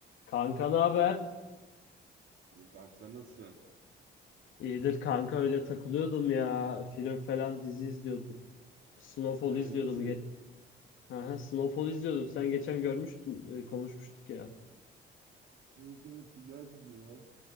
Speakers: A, on the left (about 80°); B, on the right (about 75°).
A: Kanka ne haber?
B: İyiyim kanka sen nasılsın?
A: İyidir kanka öyle takılıyordum ya. Film falan dizi izliyordum. Snowfall
B: Sen evdesin.
A: izliyordum. Geç... Aha, Snowfall izliyordum. Sen geçen görmüştün, e, konuşmuştuk ya.
B: Evet evet güzel dizi ya.